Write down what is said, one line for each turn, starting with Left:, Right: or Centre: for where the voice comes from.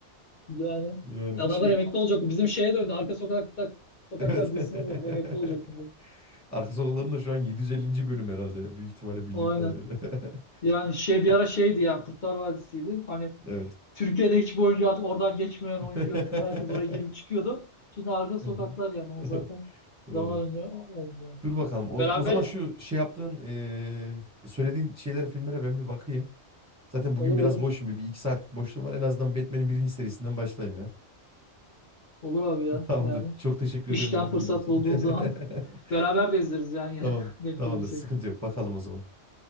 Left: Yani
Right: Yani
Left: adamlar
Right: şey
Left: emekli olacak. Bu Bizim şeye döndü. Arka sokaklar, sokaklar
Right: evet.
Left: dizisine döndü. Emekli olacak.
Right: <laughs>
Left: şimdi.
Right: Arka sokakların da şu an 750. bölüm herhalde büyük ihtimalle bildiğim
Left: Aynen.
Right: kadarıyla. <laughs>
Left: Yani şey bir ara şeydi ya Kurtlar Vadisi'ydi. Hani
Right: Evet.
Left: Türkiye'de hiçbir oyuncu artık oradan geçmeyen oyuncu
Right: <laughs>
Left: yoktu. Herkes oraya girip çıkıyordu. Şimdi arka sokaklar
Right: Hı hı.
Left: yani o
Right: <laughs>
Left: zaten
Right: Doğru.
Left: daha önlü oldu yani.
Right: Dur bakalım. O, o
Left: Beraber
Right: zaman şu şey yaptığın, eee, söylediğin şeylere, filmlere ben bir bakayım. Zaten bugün
Left: olur olur.
Right: biraz boşum. Bir, bir iki saatlik boşluğum var. En azından Batman'in birinci serisinden başlayayım ya.
Left: Olur abi ya
Right: <laughs> Tamamdır.
Left: yani.
Right: Çok teşekkür
Left: İşten
Right: ederim benim
Left: fırsat
Right: bilgi için.
Left: bulduğun zaman
Right: <laughs>
Left: <laughs> beraber de izleriz yani yine
Right: Tamam,
Left: <laughs> denk
Right: tamamdır.
Left: gelirsek.
Right: Sıkıntı yok. Bakalım o zaman.